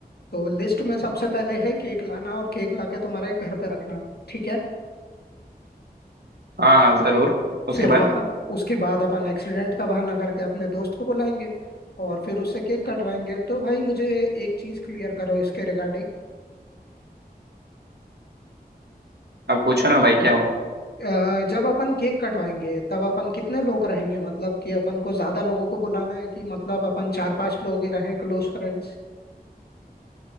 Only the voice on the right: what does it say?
हाँ हाँ जरूर उसके
बाद
अब पूछो ना भाई क्या हुआ